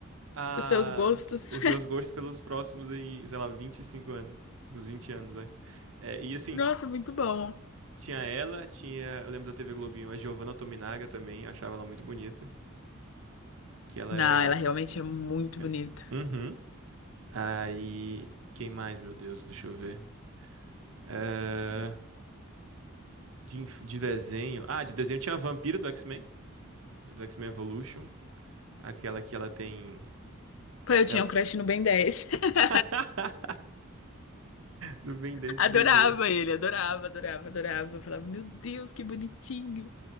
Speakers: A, on the right; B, on the left.
A: as-
B: Os seus gostos.
A: os meus gostos pelos próximos aí, sei lá, 25 anos, uns 20 anos, vai. É, e
B: <laughs>
A: assim,
B: Nossa, muito bom.
A: tinha ela, tinha, eu lembro da TV Globinho, a Giovanna Tominaga também, eu achava ela muito bonita, que ela
B: Não,
A: era...
B: ela realmente é muito
A: é,
B: bonita.
A: Uhum. Aí, quem mais, meu Deus, deixa eu ver. eh, De, inf- de desenho. Ah, de desenho tinha a Vampira do X-Men, do X-Men Evolution. Aquela que ela tem.
B: Pô, eu tinha
A: Ela...
B: um crush no Ben dez. <laughs>
A: <laughs> Do Ben 10,
B: Adorava
A: que doideira.
B: ele, adorava, adorava, adorava. Falava, meu Deus, que bonitinho.